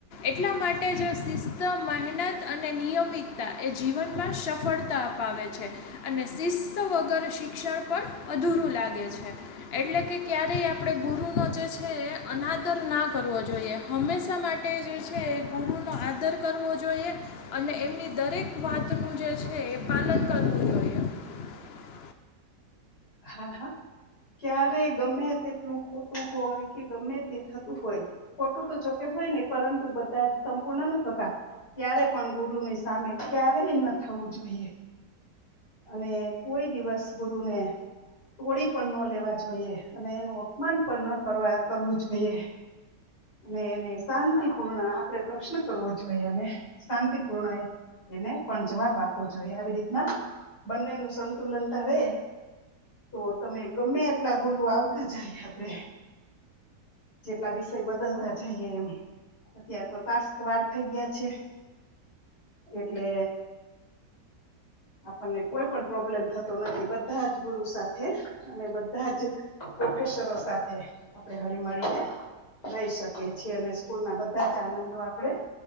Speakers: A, on the left; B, on the left.
A: એટલા માટે જો શિષ્ય મહેનત અને નિયમિતતા એ જીવનમાં સફળતા અપાવે છે અને શિસ્ત શિસ્ત વગર શિક્ષણ પણ અધૂરું લાગે છે એટલે કે ક્યારેય આપણે ગુરુનો જે છે, અનાદર ના કરવો જોઈએ હંમેશા માટે જે છે. ગુરુનો આદર કરવો જોઈએ અને એમની દરેક વાતો નું જે છે, એ પાલન કરવું જોઈએ. <unintelligible>
B: હા હા. ક્યારે ગમે તેટલું ખોટું હોય કે ગમે તે થતું હોય ખોટું તો જોકે કઈ નઈ પરંતુ બધા જ સંપૂર્ણ ન થતા ત્યારે પણ ગુરુની સામે ક્યારેય ન થવુ જોઈએ અને કોઈ દિવસ ગુરુને તોડી પણ ન લેવા જોઈએ અને એનું અપમાન પણ ન કરવા કરવું જોઈએ અને એને શાંતિપૂર્ણ આપણેે પ્રશ્ન કરવો જોઈએ અને શાંતિપૂર્ણ એને પણ જવાબ આપવો જોઈએ આવી રીતના બનેનું સંતુલન ધારે તો તમે ગમે એટલા ગુરુ આવતા જાય આપડે જેટલા વિષય બદલતા જઈએ એમ અત્યાર તો ટાસ્ક વાર થઈ ગયા છે એટલે આપણને કોઈ પણ પ્રોબ્લેમ થતો નથી બધા જ ગુરુ સાથે અને બધા જ પ્રોફેસરો સાથે આપણે હળી મળીને રહી શકીએ છીએ અને સ્કૂલ ના બધા જ આનંદો આપણે